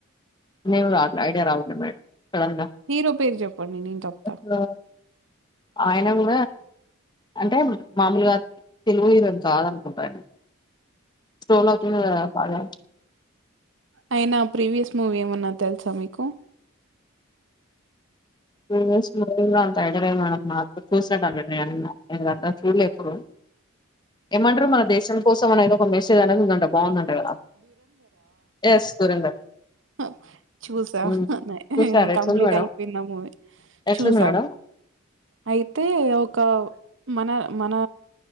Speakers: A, on the left; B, on the right.
A: నేమ్ రావట్ల ఐడియా రావట్ల మేడం సడన్‌గా
B: హీరో పేరు చెప్పండి నేను చెప్తా
A: అసలు ఆయన కూ అంటే మామూలుగా తెలుగు హీరో కాదనుకుంటా ఆయన టోన్ అవుతుంది కదా పాడ్ల
B: అయనా ప్రీవియస్ మూవీ ఏమన్నా తెలుసా మీకు
A: ప్రీవియస్ మూవీ ఇంగ అంత ఐడియా లేదు మేడం నాకు చూస్తే కదా నేను అన్న ఎందుకంటే చూడ్లే ఎప్పుడు ఏమంటారు మన దేశం కోసం అనేది ఒక మెసేజ్ అనేది ఉందంట బాగుందంట కదా ఎస్ దురంధర్
B: ఆ చూసా
A: ఉమ్
B: నే
A: చూసారా ఎట్లుంది
B: కంప్లీట్
A: మేడం
B: అయిపోయింది అ మవీ
A: ఎట్లుంది
B: చూసాం
A: మేడం
B: అయితే ఒక మన మన